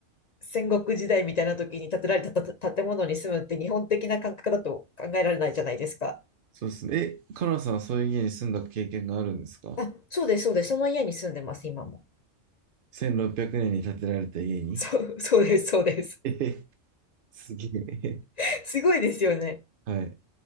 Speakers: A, on the left; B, on the right.
A: 戦国時代みたいな時に建てられたた建物に住むって日本的な感覚だと考えられないじゃないですか。
B: そうですね。え、カナさんはそういう家に住んだ経験があるんですか
A: あ、そうです、そうです。その家に住んでます、今も。
B: ?1600 年に建てられた家に
A: そう、そうです、そうです。
B: えへ、すげえ。
A: <laughs> すごいですよね。
B: はい、